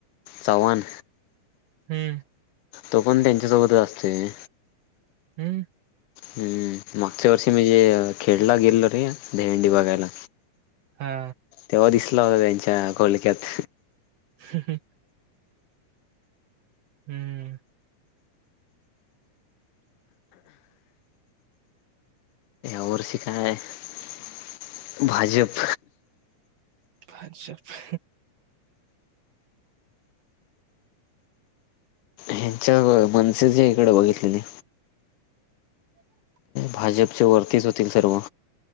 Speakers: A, on the left; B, on the right.
A: चव्हाण.
B: हम्म.
A: तो पण त्यांच्या सोबतच असतोय.
B: हम्म.
A: हम्म. मागच्या वर्षी मी जे खेडला गेलो रे दहीहंडी बघायला.
B: हा.
A: तेव्हा दिसला होता त्यांच्या घोळक्यात.
B: <inaudible> हम्म.
A: बुरशी काय भा भाजप.
B: भाजप.
A: ह्यांच्या मनसे जे इकडे बघितलेली.
B: <inaudible>
A: भाजपच्या वरतीच होते सर्व.